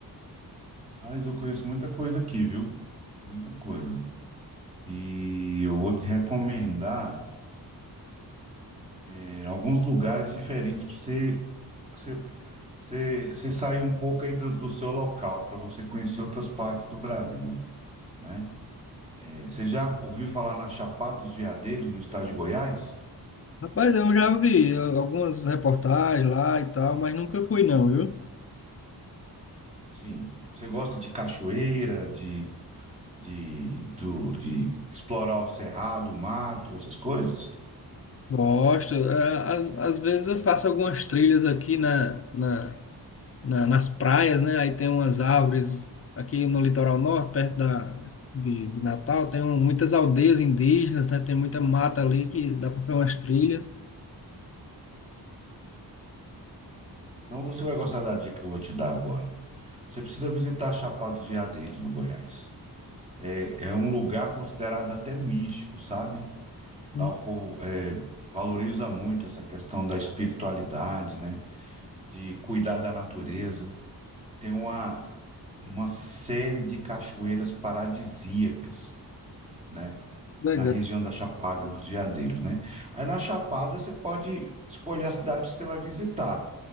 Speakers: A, on the right; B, on the left.
A: Mas eu conheço muita coisa aqui, viu? Muita coisa. E eu vou te recomendar é, alguns lugares diferentes para você, pra você, você, você sair um pouco aí do, do seu local, para você conhecer outras partes do Brasil, né? É, você já ouviu falar na Chapada dos Veadeiros, no estado de Goiás?
B: Rapaz, eu já vi eh, algumas reportagens lá e tal, mas nunca fui não, viu?
A: Sim. Você gosta de cachoeira, de, de, do, de explorar o cerrado, o mato, essas coisas?
B: Gosto. Eh, Às, às vezes eu faço algumas trilhas aqui na, na, na- nas praias, né? Aí tem umas árvores aqui no litoral norte, perto da, de, de Natal, tem um- muitas aldeias indígenas, né? Tem muita mata ali que dá para fazer umas trilhas.
A: Então você vai gostar da dica que eu vou te dar agora. Você precisa visitar a Chapada dos Veadeiros, no Goiás. É, é um lugar considerado até místico, sabe?
B: Hum,
A: Lá o povo é, valoriza muito essa questão da espiritualidade, né? De cuidar da natureza. Tem uma, uma série de cachoeiras paradisíacas, né?
B: Legal.
A: Na região da Chapada dos Veadeiros, né? Aí na Chapada você pode escolher a cidade que você vai visitar.